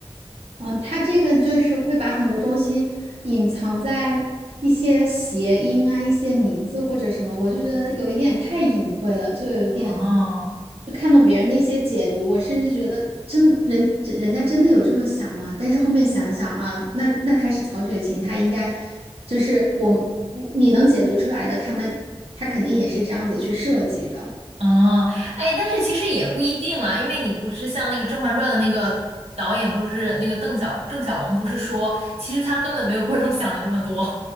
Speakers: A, on the right; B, on the right.
A: 嗯，它这个就是会把很多东西隐藏在一些谐音啊、一些名字或者什么，我就觉得有一点太隐晦了，就有一点，
B: 哦，
A: 就看到别人的一些解读，我甚至觉得真人人人家真的有这么想吗？但是后面想想啊，那那他是曹雪芹，他应该就是我你能解读出来的，他们他肯定也是这样子去设计的。
B: 哦，哎，但是其实也不一定啦，因为你不是像那个《甄嬛传》的那个导演，不是那个邓小郑晓龙，不是说其实他根本没有观众想的这么多。